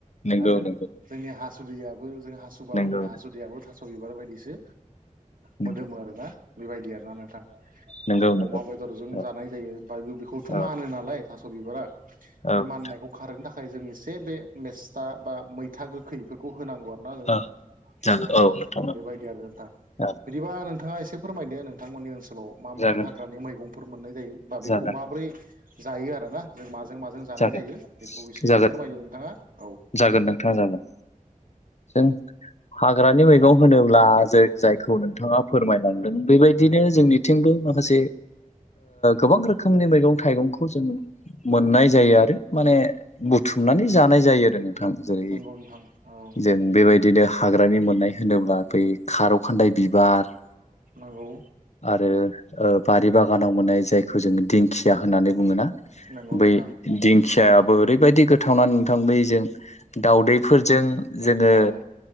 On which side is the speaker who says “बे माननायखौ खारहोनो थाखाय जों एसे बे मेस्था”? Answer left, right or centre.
Right